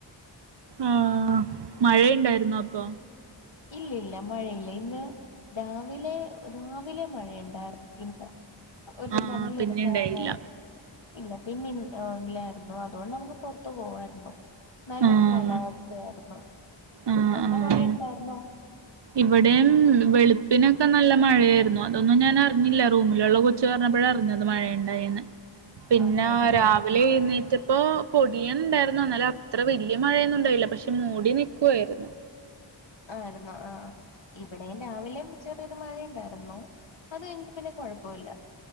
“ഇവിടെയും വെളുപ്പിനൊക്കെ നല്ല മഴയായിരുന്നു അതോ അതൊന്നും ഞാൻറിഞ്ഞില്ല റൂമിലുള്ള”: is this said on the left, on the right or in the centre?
Right